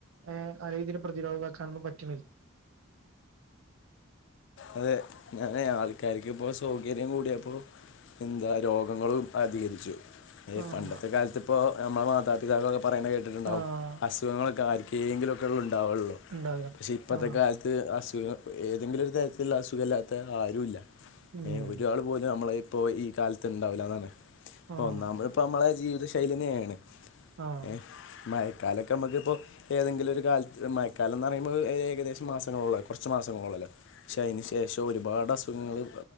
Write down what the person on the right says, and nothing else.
ഏർ, അരെതിൽ പ്രതിരോധക്കാനൊന്നും, പറ്റുന്നില്ല
ആഹ്
ആഹ്
ഉണ്ടാക
ആഹ്
ഉം
ആഹ്
ആഹ്